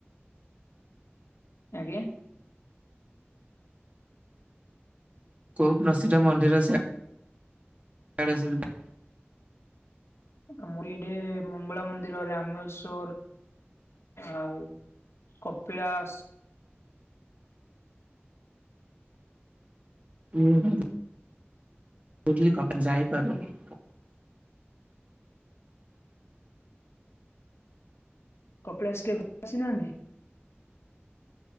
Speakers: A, on the left; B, on the right.
A: ଆଜ୍ଞା।
B: କୋଉ ପ୍ରସିଦ୍ଧ ମନ୍ଦିର ସେ ଆଡେ ସବୁ?
A: ଆମର ଏଇଠି ମଙ୍ଗଳା ମନ୍ଦିର, ରାମେଶ୍ଵର ଆଉ କପିଳାସ୍।
B: ଉଁ ହୁଁ। କହୁଥିଲି କପିନ୍ ଯାଇପାରୁନି।
A: କପିଳାସ୍ କେବେ ଆସିନାହାନ୍ତି?